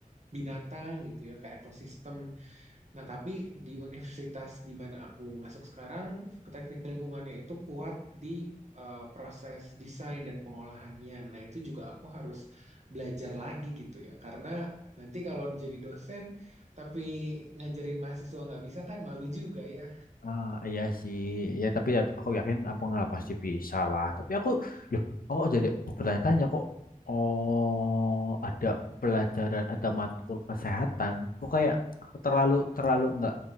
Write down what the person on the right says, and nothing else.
binatang gitu ya, ke ekosistem. Nah, tapi di universitas di mana aku masuk sekarang, teknik lingkungannya itu kuat di eh, proses desain dan pengolahannya. Nah, itu juga aku harus belajar lagi gitu ya. Karena nanti kalau jadi dosen tapi ngajarin mahasiswa nggak bisa kan malu juga ya.